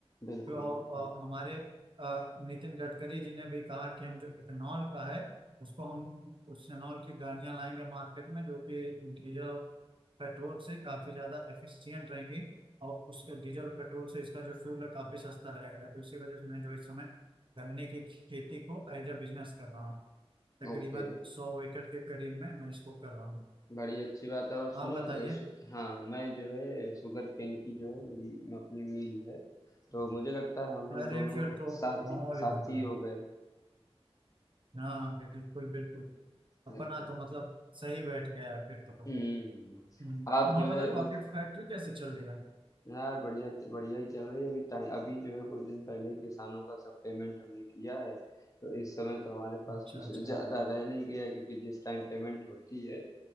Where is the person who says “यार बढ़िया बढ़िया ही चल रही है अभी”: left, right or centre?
Left